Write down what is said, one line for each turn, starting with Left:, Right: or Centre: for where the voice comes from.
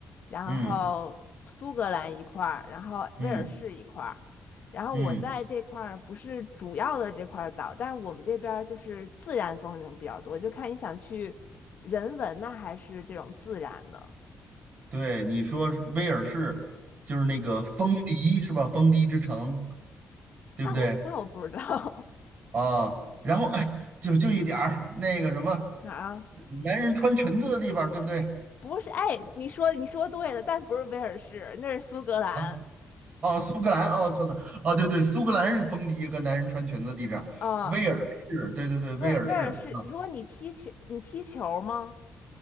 Left: 然后苏格兰一块儿，
Right: 嗯
Left: 然后威尔士一块儿，
Right: 嗯
Left: 然后我在这块儿不是主要的这块儿岛，
Right: 嗯，
Left: 但是我们这边儿就是自然风景比较多，就看你想去人文呢还是这种自然的。
Right: 对，你说是威尔士就是那个风笛是吧？风笛之城。对不对
Left: 那我那我不知道
Right: 啊？然后哎，就就一点儿那个什么，
Left: <laughs>，哪儿啊？
Right: 男人穿裙子的地方，对不对
Left: 不是，哎，你说你说对了，但不是威尔士，那是苏格兰
Right: 啊？哦，苏格兰，哦，错的哦，对对，苏格兰是风笛和男人穿裙子的地方，
Left: 啊。
Right: 威尔士，对对对，威尔士啊，
Left: 威尔威尔士，如果你踢球，你踢球吗？